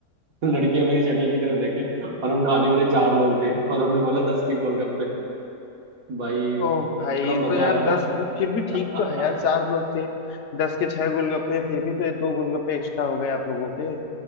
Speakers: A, on the right; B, on the left.
A: <laughs> लड़कियां मेरी शक्ल की तरफ देखे और हम खाने वाले चार लोग थे और हमने बोला दस के गोलगप्पे भाई
B: ओ भाई
A: इतना मजा
B: तो यार
A: आया ना
B: दस भी- फिर भी ठीक
A: <laughs>
B: तो है यार चार लोग थे दस के छह गोलगप्पे फिर भी तो ये दो गोलगप्पे एक्स्ट्रा हो गए आप लोगों के